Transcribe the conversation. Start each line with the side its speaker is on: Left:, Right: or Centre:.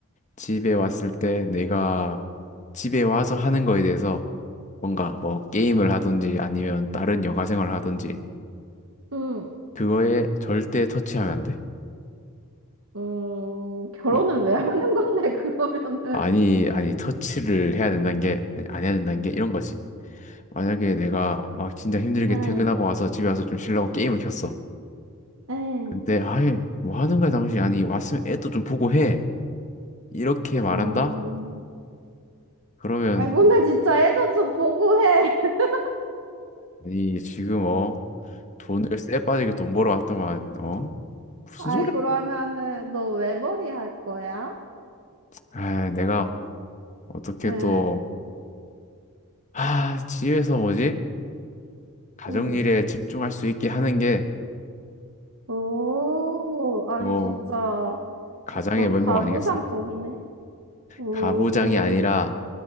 Left: 집에 왔을 때 내가 집에 와서 하는 거에 대해서 뭔가 뭐 게임을 하든지 아니면 다른 여가 생활을 하든지
Right: 음.
Left: 그거에 절대 터치하면 안 돼.
Right: 음, 결혼을
Left: 뭐
Right: 왜 하는 건데, <laughs> 그러면은.
Left: 아니 아니 터치를 해야 된다는 게 아니, 안 해야 된다는 게 이런 거지. 만약에 내가 막 진짜 힘들게
Right: 응,
Left: 퇴근하고 와서 집에 와서 좀 쉬려고 게임을 켰어.
Right: 응,
Left: 근데 아이 뭐 하는 거야 당신 아니 왔으면 애도 좀 보고 해. 이렇게 말한다?
Right: 음.
Left: 그러면
Right: 아이, 근데 진짜 애도 좀 보고 해. <laughs>
Left: 아니 지금 어 돈을 쎄 빠지게 돈 벌어 왔더만, 어? 무슨
Right: 아이,
Left: 소리야?
Right: 그러면은, 너 외벌이 할 거야?
Left: 아, 내가 어떻게
Right: 응,
Left: 또, 아, 집에서 뭐지? 가정일에
Right: 응.
Left: 집중할 수 있게 하는 게
Right: 오, 아니,
Left: 또
Right: 진짜,
Left: 가장의
Right: 약간
Left: 면목
Right: 가부장적이네?
Left: 아니겠어?
Right: 오,
Left: 가부장이 아니라